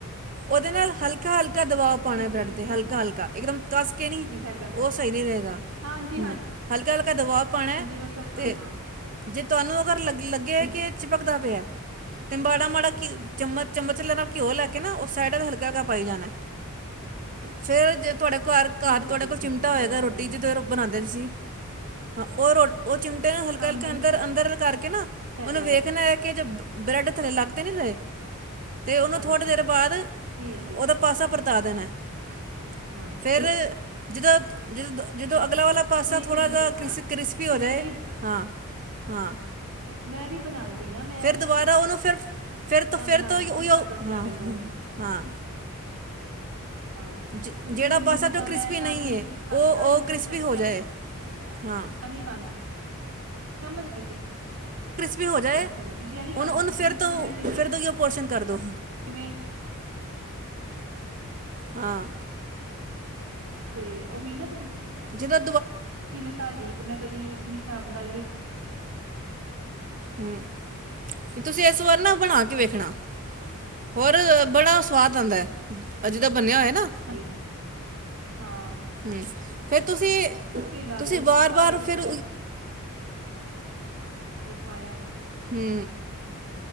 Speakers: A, on the right (about 40°); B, on the right (about 80°).
A: ਉਹਦੇ ਨਾਲ ਹਲਕਾ ਹਲਕਾ ਹਲਕਾ ਦਬਾ ਪਾਣਾ,
B: ਠੀਕ
A: ਬ੍ਰੈਡ
B: ਹੈ ਠੀਕ
A: ਤੇ
B: ਹੈ
A: ਹਲਕਾ- ਹਲਕਾ। ਇੱਕਦਮ। ਦੱਸ ਕੇ ਨਹੀਂ,
B: ਹਾਂਜੀ ਹੈਗਾ
A: ਉਹ ਸਹੀ ਨਹੀਂ ਰਹੇਗਾ।
B: ਹਾਂਜੀ
A: ਹ ਹਲਕਾ ਲ ਕ ਦਵਾਬ ਪਾਣਾ
B: ਹਾਂਜੀ ਮੈਂ ਸਭ ਹਾਂ
A: ਤੇ
B: ਹਾਂ
A: ਜੇ ਤੁਹਾਨੂੰ ਅਗਰ ਲੱਗੇ ਲੱਗੇ ਕਿ ਭਗਦਾ ਪਿਆ ਤੇ ਮਾੜਾ- ਮਾੜਾ ਚਮਚ, ਚਮਚ ਲ ਨਾਲ ਘਿਓ ਲੈ ਕੇ ਨਾ, ਉਹ ਸਾਈਡ ਦਾ ਹਲਕਾ-ਹਲਕਾ ਪਾਈ ਜਾਣਾ, ਫੇਰ ਜੇ ਤੁਹਾਡੇ ਕੋਲ ਘਰ-
B: ਠੀਕ
A: ਘਰ ਤੁਹਾਡੇ
B: ਹੈ ਜੀ
A: ਕੋਲ
B: ਠੀਕ
A: ਚਿਮਟਾ
B: ਹੈ
A: ਹੋਏਗਾ,
B: ਸਮਝ
A: ਰੋਟੀ
B: ਗਈ ਮੈਂ
A: ਜਿਦੋਂ ਬਣਾਂਦੇ ਤੁਸੀ ਹਾਂ, ਉਹ ਰੋ ਉਹ ਚਿਮਟੇ ਨਾਲ ਹਲਕਾ-ਹਲਕਾ,
B: ਹਾਂਜੀ
A: ਅੰਦਰ- ਅੰਦਰ ਕਰਕੇ ਨਾ
B: ਹੈਗਾ
A: ਉਹਨੂੰ ਵੇਖਣਾ
B: ਹੈਗਾ
A: ਹੈ ਕਿ ਜ ਬ੍ਰੈਡ ਥੱਲੇ ਲੱਗ ਤੇ ਨੀ ਰਹੇ। ਤੇ ਉਹਨੂੰ
B: ਹਾਂਜੀ
A: ਥੋੜੇ ਦੇਰ ਬਾਅਦ,
B: ਠੀਕ ਹੈ
A: ਉਹਦਾ
B: ਜੀ
A: ਪਾਸਾ ਪਰ ਦੇਣਾ <inaudible>
B: ਹਾਂ
A: ਫਿਰ ਜਿਦਾਂ, ਜਦੋਂ- ਜਦੋਂ ਅਗਲਾ ਵਾਲਾ ਪਾਸਾ
B: ਠੀਕ
A: ਥੋੜਾ
B: ਹੈ ਮੈਂ
A: ਜ
B: ਦੱਸਾਂ
A: ਕ੍ਰਿਸ-ਕ੍ਰਿਸਪੀ
B: ਕਿ
A: ਹੋ ਜੇ।
B: ਮੈਂ ਵੀ
A: ਹਾਂ, ਹਾਂ।
B: ਮੈਂ ਵੀ ਬਣਾਂਦੀ ਆ ਮੈਂ
A: ਫਿਰ ਦੁਬਾਰਾ ਉਹਨੂੰ ਫਿਰ ਫਿਰ ਤੋਂ- ਫਿਰ
B: ਬਣਾਉਦੀ
A: ਤੋਂ,
B: ਤਰੀਕਾ
A: ਉ
B: ਦੱਸਿਆ
A: ਹਾਂ,
B: ਮੈਨੂੰ
A: ਹਾਂ।
B: ਹਾਂ,
A: ਜ
B: ਤੁਸੀਂ
A: ਜਿਹੜਾ
B: ਮੈਨੂੰ
A: ਪਾਸਾ
B: ਜਿੱਦਾਂ
A: ਜੋ ਕ੍ਰਿਸਪੀ
B: ਮੈਂ ਸਾਰੇ,
A: ਨਹੀਂ ਹੈ ਉਹ
B: ਸਾਰੀਆਂ
A: ਉਹ
B: ਸ
A: ਕ੍ਰਿਸਪੀ
B: ਸਬਜ਼ੀਆਂ
A: ਹੋ ਜਾਏ ਹਾਂ
B: ਨੀ ਪਾਂਦੀ, ਸਮਝ ਗਈ ਜੀ।
A: ਵੀ ਹੋ ਜਾਏ,
B: ਮੈਂ ਸਮਝ ਸਬਜ਼ੀਆਂ ਨਹੀਂ ਪਾਉਂਦੀ
A: ਉਹਨੂੰ- ਉਹਨੂੰ
B: ਸੀ
A: ਫਿਰ
B: ਤੁਸੀਂ
A: ਤੋਂ,
B: ਤੁਸੀਂ ਤੇ
A: ਫਿਰ ਤੋਂ ਕੀ ਉਹ ਪੋਸ਼ਣ ਕਰ ਦੋ
B: ਜਿਵੇਂ
A: ਹਾਂ,
B: ਤੇ ਉਹੀ ਨਾ ਤੁਸੀਂ,
A: ਜਿੱਦੋਂ,
B: ਜਿਵੇਂ ਸਾ ਠੀਕ ਮੈਂ ਕਦੀ ਇਸ ਹਿਸਾਬ ਨਾਲ ਨੀ,
A: ਹਾਂ, ਤੁਸੀਂ ਇਸ ਵਾਰ ਨਾ ਬਣਾ ਕੇ, ਵੇਖਣਾ ਹੋਰ ਬੜਾ ਸਵਾਦ ਆਉਂਦਾ ਹੈ, ਅਜੇ ਦਾ ਬਣਿਆ ਹੋਇਆ, ਨਾ
B: ਜੀ ਹਾਂ,
A: <unintelligible> ਫੇਰ ਤੁਸੀਂ
B: ਕੀ ਲੱਗ
A: ਤੁਸੀਂ
B: ਰਿਹਾ
A: ਵਾਰ ਵਾਰ
B: ਹਰ ਇੱਕ
A: ਫਿਰ,
B: ਵੈਜ ਪਾਇਆ।
A: ਹੂੰ,